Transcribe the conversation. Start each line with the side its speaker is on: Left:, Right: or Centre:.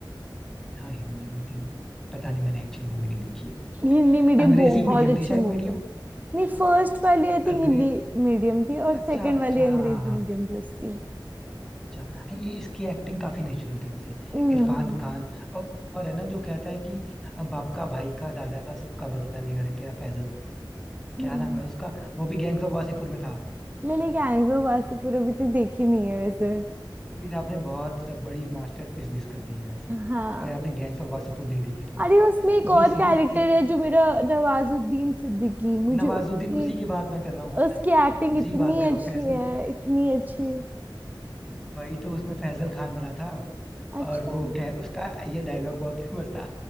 Centre: हाँ हिंदी मीडियम पता नहीं मैंने एक्चुअली मूवी नहीं देखी है
Right: Hindi medium
Centre: अंग्रेजी
Right: बहुत
Centre: मीडियम
Right: अच्छी
Centre: थी शायद
Right: मूवी
Centre: मीडियम
Right: है नहीं फर्स्ट वाली आई थिंक
Centre: अंग्रेज
Right: हिंदी मीडियम थी और
Centre: अच्छा
Right: सेकंड
Centre: अच्छा
Right: वाली
Centre: हाँ
Right: अंग्रेजी
Centre: हाँ हाँ
Right: मीडियम थी उसकी
Centre: अच्छा हाँ, ये इसकी एक्टिंग काफी नेचुरल थी वैसे
Right: हम्म,
Centre: इरफान
Right: हाँ
Centre: खान और और है ना जो कहता है कि अ, बाप का भाई का दादा का सबका बदला लेगा रे तेरा फैजल क्या
Right: हम्म।
Centre: नाम है उसका वो भी गैंग्स ऑफ वासीपुर में था
Right: मैंने गैंग्स ऑफ वासेपुर अभी तक देखी नहीं है वैसे
Centre: फिर आपने बहुत ज- बड़ी मास्टरपीस मिस कर दी है वैसे
Right: हाँ
Centre: अगर आपने गैंग्स ऑफ वासेपुर नहीं देखी तो
Right: अरे उसमें एक
Centre: ये
Right: और
Centre: सीरीज
Right: कैरेक्टर
Centre: एक
Right: है
Centre: ही
Right: जो मेरा नवाजुद्दीन सिद्दीकी मुझे
Centre: नवाजुद्दीन
Right: उसकी
Centre: उसी की बात मैं कर रहा हूँ
Right: उसकी एक्टिंग
Centre: उसी
Right: इतनी
Centre: बात कर
Right: अच्छी
Centre: रहा हूँ फैजल
Right: है इतनी अच्छी
Centre: वही तो उसमें फैजल खान बना था
Right: अच्छा
Centre: और वो कह उसका ये डायलॉग बहुत फेमस था